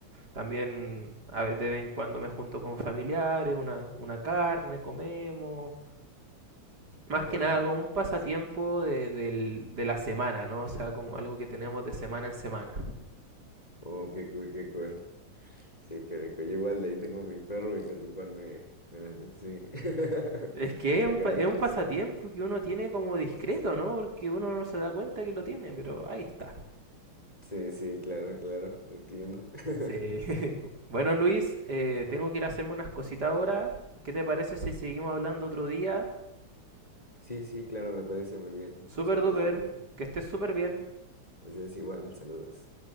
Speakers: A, on the right; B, on the left.
A: también a ve- de vez en cuando me junto con familiares, una, una carne, comemos. Más
B: Ajá.
A: que nada como un pasatiempo
B: Es-
A: de, del- de la semana, ¿no? O sea, como algo que tenemos de semana en semana.
B: Oh, qué cool, qué cool. Sí, qué rico. Yo igual de ahí tengo mi perro y pues igual me, me dan así. <laughs>
A: Es que
B: La
A: es un,
B: carnita
A: pa- es un pasatiempo
B: asada.
A: que uno tiene como discreto,
B: Sí, sí, sí.
A: ¿no? Porque uno no se da cuenta que lo tiene, pero ahí está.
B: Sí, sí, claro, claro, te entiendo. <laughs>
A: Sí. <laughs> Bueno, Luis, eh, tengo que ir a hacerme unas cositas ahora. ¿Qué te parece si seguimos hablando otro día?
B: Sí, sí, claro, me parece muy bien. Muchas
A: Super
B: gracias,
A: duper,
B: Benjamín.
A: que estés súper bien.
B: Así es igual, saludos.